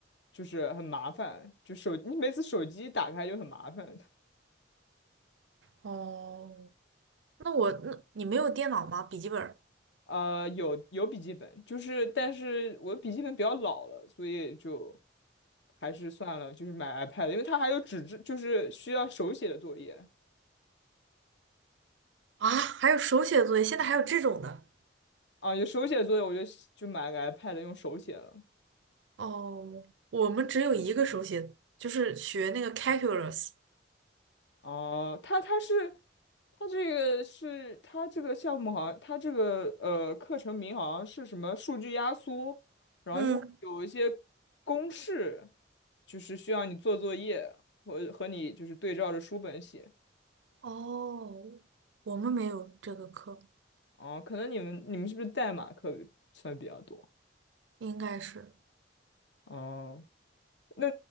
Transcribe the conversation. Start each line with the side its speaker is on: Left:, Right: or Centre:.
Left: 就是很麻烦，就手你每次手机打开就很麻烦。
Right: 哦，那我那你没有电脑吗？笔记本儿
Left: 呃，有有笔记本，就是但是我的笔记本比较老了，所以就还是算了，就是买 iPad，因为它还有纸质，就是需要手写的作业
Right: 啊，还有手写作业，现在还有这种的。
Left: 啊，有手写作业，我就就买了个 iPad 用手写了。
Right: 哦，我们只有一个手写，就是学那个 calculus。
Left: 哦，他他是他这个是他这个项目好像他这个呃课程名好像是什么数据压缩，然后就有一些公式，
Right: 嗯，
Left: 就是需要你做作业和和你就是对照着书本写。
Right: 哦，我们没有这个课，
Left: 哦，可能你们你们是不是代码课算比较多？
Right: 应该是。
Left: 哦、那